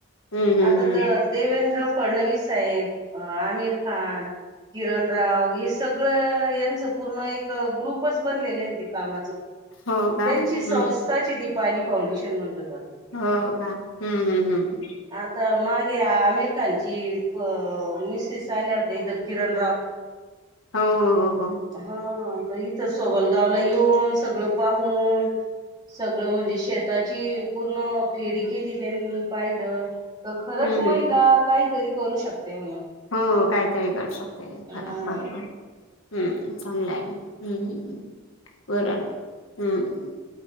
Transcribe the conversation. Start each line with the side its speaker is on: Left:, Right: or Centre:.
Left: हम्म हम्म
Right: आता
Left: हम्म
Right: तर देवेंद्र फडणवीस साहेब, अ आमिर खान किरण राव हे सगळं यांचं पूर्ण एक ग्रुपच बनलेलं आहे न ते कामाचं.
Left: हो का
Right: त्यांची
Left: हम्म
Right: संस्थाचीय दिपाणी फाउंडेशन म्हणल.
Left: हो का हम्म हम्म हम्म.
Right: आता मागे आमिर खानची मिसेस आल्या होत्या, इत किरण राव. <inaudible>
Left: हो हो हो.
Right: हा तर इथं सोबलगावला येऊन सगळं पाहून सगळं म्हणजे शेताची पूर्ण फेरी केली, त्यांनी पाहिलं तर खरंच
Left: हम्म हम्म
Right: महिलांना काहीतरी करू शकते म्हणून.
Left: हो काहीतरी करू शकते खरा,
Right: हा
Left: बरोबर हम्म चांगलं आहे. हं, हं, हं बोला ना. हम्म